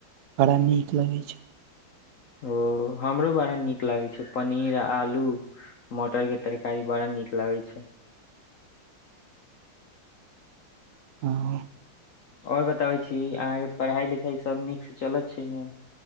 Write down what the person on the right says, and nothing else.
बड़ा नीक लगै छै।
हूँ